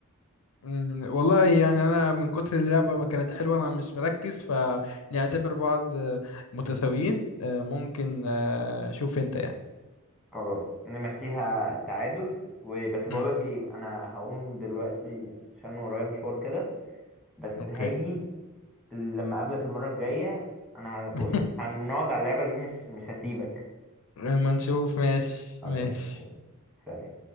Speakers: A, on the left (about 70°); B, in the centre.
A: مم، والله يعني انا من كتر اللعبه ما كانت حلوه انا مش مركز فنعتبر بعض آه، متساويين آه، ممكن آه، شوف انت يعني
B: خلاص نمشيها تعادل وبس بقولك
A: مم،
B: ايه انا هقوم دلوقتي عشان ورايا مشوار كده بس
A: اوكي
B: هاجي لما اقابلك المرة الجاية انا ه- بص
A: <laughs>
B: هنقعد على اللعبة دي مش مش هسيبك
A: لما نشوف ماشي
B: خلاص
A: ماشي
B: سلام